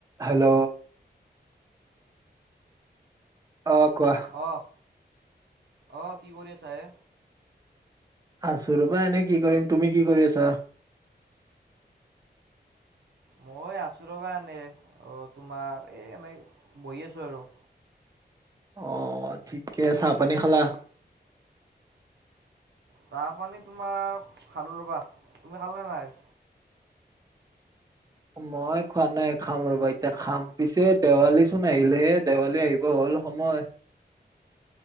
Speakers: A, on the right; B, on the right.
A: Hello! অ কোৱা।
B: অহ অহ কি কৰি আছা হে?
A: আছো ৰবা এনেই। কি কৰিম তুমি কি কৰি আছা?
B: মই আছোঁ ৰবা এনেই অ তোমাৰ এই এনেই বহি আছোঁ আৰু।
A: অহ ঠিকে চাহপানী খালা?
B: চাহপানী তোমাৰ খালোঁ ৰ'বা। তুমি খালানে নাই?
A: মই খোৱা নাই খাম ৰবা এতিয়া খাম। পিছে দেৱালী চোন আহিলেহে দেৱালী আহিব হ'ল। দুল সময়